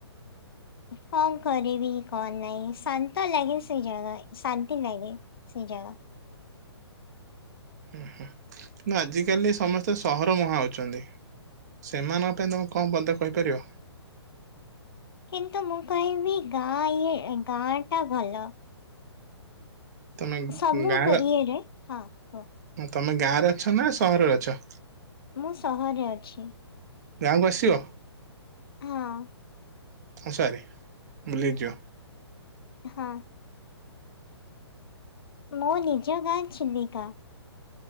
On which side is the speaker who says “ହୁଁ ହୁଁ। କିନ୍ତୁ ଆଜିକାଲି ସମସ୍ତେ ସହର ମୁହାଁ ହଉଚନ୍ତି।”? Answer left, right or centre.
Right